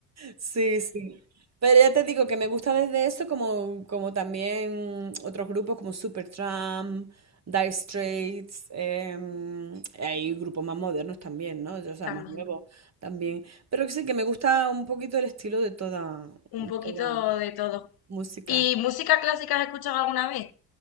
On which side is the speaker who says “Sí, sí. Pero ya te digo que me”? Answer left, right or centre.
Right